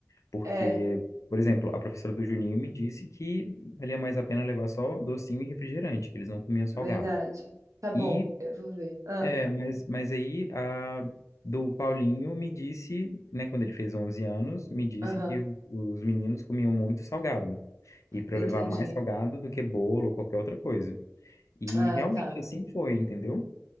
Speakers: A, on the left (about 70°); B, on the right (about 75°).
A: porque,
B: É,
A: por exemplo, a professora do Juninho me disse que valia mais a pena levar só docinho e refrigerante, que eles não comiam salgado.
B: verdade. Tá bom,
A: E
B: eu vou ver. Ah,
A: é, mas, mas aí a do Paulinho me disse, né, quando ele fez 11 anos, me disse
B: aham,
A: que o- os meninos comiam muito salgado. E para
B: entendi.
A: eu levar mais salgado do que bolo ou qualquer outra coisa. E
B: Ah,
A: realmente
B: tá.
A: assim foi, entendeu?